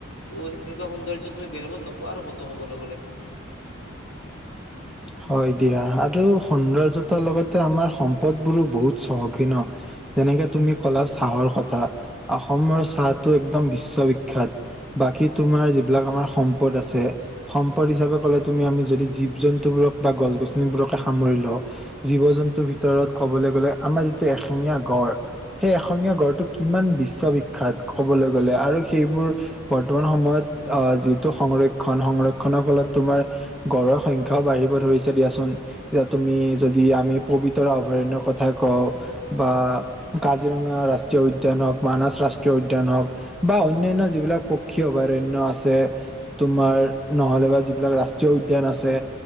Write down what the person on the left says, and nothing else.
ত' সেনেকুৱা সৌন্দৰ্য তুমি বেলেগত নোপোৱা আৰু ক'ত কবলৈ গলে।